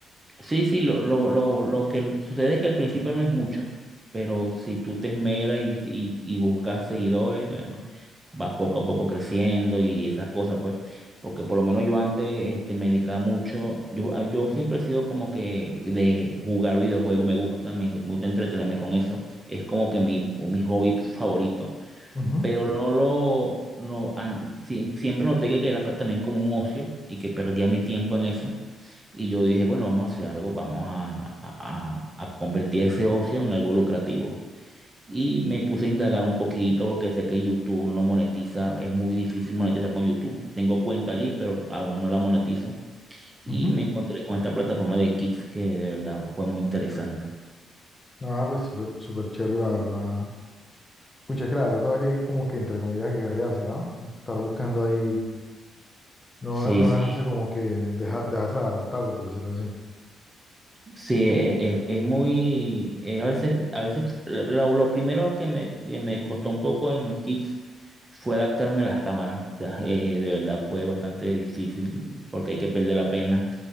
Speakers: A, on the right; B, on the left.
A: Sí, sí, lo, lo, lo, lo que sucede es que al principio no es mucho, pero si tú te esmeras y, y, y buscas seguidores, bueno, vas poco a poco creciendo y esas cosas, pues, porque por lo menos yo antes este, me dedicaba mucho, yo, a- yo siempre he sido como que de jugar videojuegos, me gusta, me, me gusta entretenerme con eso, es como que mi, mi hobby favorito,
B: Ujú,
A: pero no lo, no, an- sí, siempre noté que era también como un ocio y que perdía mi tiempo en eso. Y yo dije, bueno, vamos a hacer algo, vamos a, a- a- a convertir ese ocio en algo lucrativo. Y me puse a indagar un poquito porque sé que YouTube no monetiza, es muy difícil monetizar con YouTube. Tengo cuenta allí, pero aún no la monetizo. Y
B: ujú.
A: me encontré con esta plataforma de Kicks que de verdad fue muy interesante.
B: Ah, pues súper súper chévere, la verdad. Pucha, es que la verdad, todas que como que entre comillas guerreársela, ¿no? Estar buscando ahí, no,
A: Sí,
B: no
A: sí.
B: dejarse como que, deja- dejarse agarrar tarde, por decirlo así.
A: Sí, e- e- es, muy, eh, a veces, a veces lo, lo primero que me, que me costó un poco en Kicks fue adaptarme a las cámaras. O sea, eh, de verdad fue bastante difícil porque hay que perder la pena.